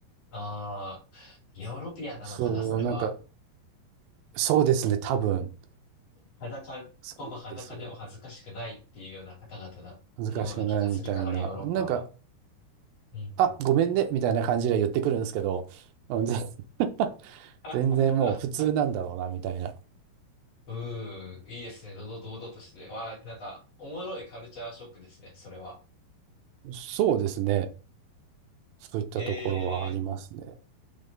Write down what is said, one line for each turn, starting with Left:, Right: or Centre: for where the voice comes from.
Left: ああ、ヨーロピアンなのかな、
Right: そう、
Left: それは。
Right: なんか、そうですね、多分。
Left: 裸、
Right: そうなんですよ。
Left: ほぼ裸でも恥ずかしくないっていうような方々なのような気がするから、
Right: 難しくないみたいな。
Left: ヨーロッパは。
Right: なんか、
Left: うんうん。
Right: あ、ごめんね、みたいな感じで言ってくるんですけど、うんぜ <laughs>
Left: <laughs>
Right: 全然もう普通なんだろうな、みたいな。
Left: うーん、いいですね。堂々、堂々としてて。わあ、なんか、おもろいカルチャーショックですね、それは。
Right: そうですね。そういったところはありますね。
Left: へえ、